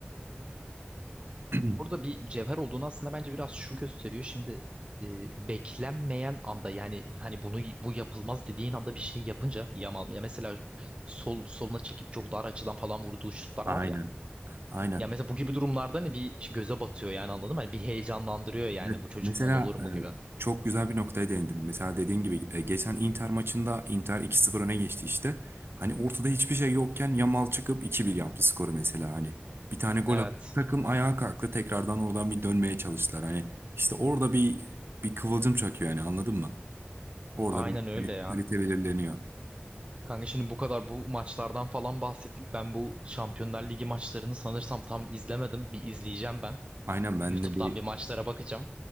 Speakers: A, on the right; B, on the right.
A: <clears throat>
B: Orada bir cevher olduğunu aslında bence biraz şu gösteriyor. Şimdi e, beklenmeyen anda yani hani bunu bu yapılmaz dediğin anda bir şey yapınca Yamal ya mesela sol soluna çekip çok dar açıdan falan vurduğu şutlar
A: Aynen.
B: var ya.
A: Aynen.
B: Ya mesela bu gibi durumlarda hani bir göze batıyor yani anladın mı? Hani bir heyecanlandırıyor yani
A: Evet,
B: bu çocuktan
A: Mesela
B: olur mu gibi.
A: e, çok güzel bir noktaya değindin. Mesela dediğin gibi e, geçen Inter maçında Inter iki sıfır öne geçti işte. Hani ortada hiçbir şey yokken Yamal çıkıp iki bir yaptı skoru mesela hani. Bir tane gol
B: Evet.
A: attı. Takım ayağa kalktı. Tekrardan oradan bir dönmeye çalıştılar. Hani işte orada bir bir kıvılcım çakıyor yani anladın mı? Orada
B: Aynen
A: bir
B: öyle ya.
A: kalite belirleniyor.
B: Kanka şimdi bu kadar bu maçlardan falan bahsettik. Ben bu Şampiyonlar Ligi maçlarını sanırsam tam izlemedim. Bir izleyeceğim ben.
A: Aynen ben
B: YouTube'dan
A: de bir
B: bir maçlara bakacağım.